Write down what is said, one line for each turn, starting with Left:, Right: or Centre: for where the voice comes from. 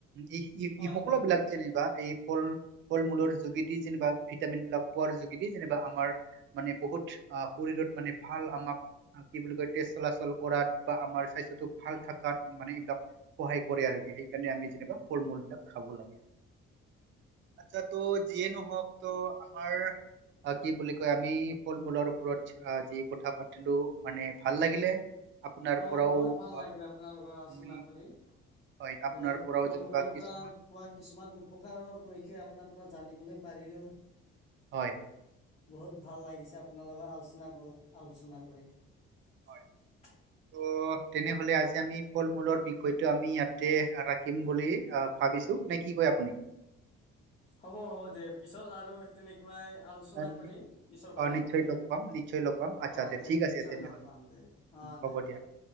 Right: ই
Left: হয়
Right: ই সকলো
Left: হয়
Right: বিলাক যেনিবা এই <unintelligible>
Left: <unintelligible> <inaudible>
Right: ফল মূলৰ যোগেদি যেনিবা ভিটামিন বিলাক পোৱাৰ যোগেদি যেনিবা আমাৰ মানে বহুত শৰীৰত মানে ভাল আমাক কি বুলি কয় তেজ চলাচল কৰাত বা আমাৰ স্বাস্থ্যতো ভাল থকাত মানে <unintelligible> সহায় কৰে আৰু সেইকাৰণে আমি যেনিবা ফল মূল বিলাক খাব লাগে
Left: <unintelligible>
Right: আচ্ছা তো যিয়ে নহওক তোৰ' আমাৰ অ কি বুলি কয় আমি ফল মূলৰ ওপৰত যি কথা পাতিলো মানে ভাল লাগিলে আপোনাৰ
Left: হয়
Right: পৰাও
Left: বহুত ভাল লাগিল
Right: আহ,
Left: আপোনা লগত আলোচনা
Right: মই
Left: কৰি
Right: হয়
Left: তেনেকুৱা
Right: আপোনাৰ পৰাও
Left: ফল
Right: যেনিবা
Left: মূলৰ
Right: কিছুমান
Left: পৰা পোৱা কিছুমান উপকাৰৰ পৰিক্ষা আপোনাৰ পৰা জানিবলৈ পাৰিলোঁ
Right: হয়
Left: বহুত ভাল লাগিছে আপোনাৰ লগৰ আলোচনা কৰ আলোচনা কৰি
Right: হয় ত তেনেহলে আজি আমি ফল মূলৰ বিষয়টো আমি ইয়াতে ৰাখিম বুলি আহ ভাবিছো নে কি কয় আপুনি
Left: হ'ব হ'ব দে পিছত আৰু তেনেক পুৱাই আলোচনা
Right: আহ,
Left: কৰিম
Right: নি-
Left: পিছৰ বাৰত
Right: অ নিশ্চয় লগ পাম নিশ্চয় লগ পাম আচ্ছা
Left: অ দে
Right: ঠিক
Left: নিশ্চয়
Right: আছে তেনেহ'লে
Left: লগ পাম দে অ
Right: হ'ব
Left: দে
Right: দিয়া।
Left: দে দে